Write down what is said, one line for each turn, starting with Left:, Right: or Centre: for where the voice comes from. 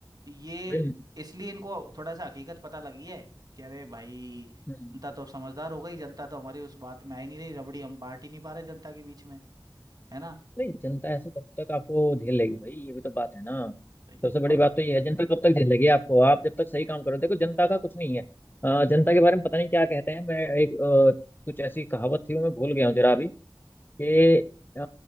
Right: ये
Left: भाई
Right: इसलिए इनको थोड़ा सा हकीकत पता लगी है कि अरे भाई
Left: हम्म।
Right: जनता तो अब समझदार हो गई जनता तो हमारी उस बात में आ ही नहीं रही रबड़ी हम बांट ही नहीं पा रहे जनता के बीच में है ना
Left: नहीं जनता ऐसे कब तक आपको झेल लेगी भाई ये भी तो बात है ना
Right: सही
Left: सबसे
Right: है
Left: बड़ी
Right: और
Left: बात तो ये है जनता कब तक झेल लेगी आपको आप जब तक सही काम करो देखो जनता का कुछ नहीं है अ, जनता के बारे में पता नहीं क्या कहते हैं मैं एक अ, कुछ ऐसी कहावत थी वो मैं भूल गया हूँ जरा अभी कि अ,